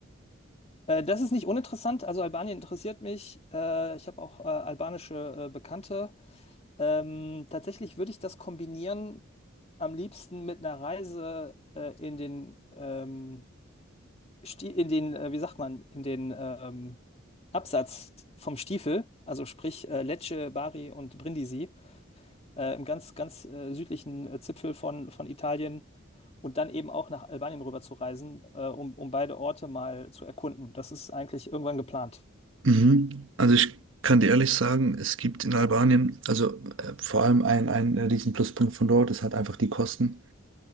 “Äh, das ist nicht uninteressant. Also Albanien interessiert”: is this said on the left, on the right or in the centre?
Left